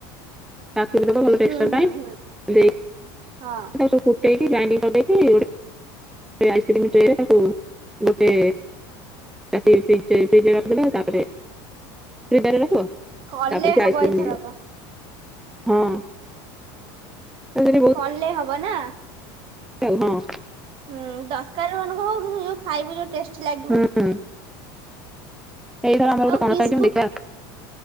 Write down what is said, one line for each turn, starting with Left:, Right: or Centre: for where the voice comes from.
Centre: ତାକୁ ବି ଦେବ ଭଲ
Right: ହୁଁ
Centre: ଟେକ୍ସଚର
Right: ହୁଁ
Centre: ପାଇଁ,
Right: ହୁଁ
Centre: ଦେଇ
Right: ହଁ।
Centre: ସବୁ କୁଟେଇକି ଗ୍ରାଇଣ୍ଡିଂ କରିଦେଇକି ସେ ଆଇସ୍କ୍ରିମ୍ ଟ୍ରେଏରେ ତାକୁ ଗୋଟେ ଚା୍ର <unintelligible> ତାପରେ ଦରେ ରଖିବ।
Right: କଲେ
Centre: ତାପରେ ସେ
Right: ହବ
Centre: ଆଇସ୍କ୍ରିମ
Right: ଏଇଥରକ
Centre: ହେଇଯିବ, ହଁ। ସେଥିରେ
Right: କଲେ ହବ ନା?
Centre: ହଉ ହଁ।
Right: ହୁଁ ଦରକାର ମାନକୁ କିନ୍ତୁ ଯୋଉ ଖାଇବୁ ଯୋଉ ଟେଷ୍ଟି ଲାଗିବ।
Centre: ହଁ। ଏଇଥର ଆମର ଗୋଟେ
Right: ଆଉ
Centre: ପଣସ
Right: ବିସ୍କୁଟ
Centre: ଆଇଚି ଦେଖିବା,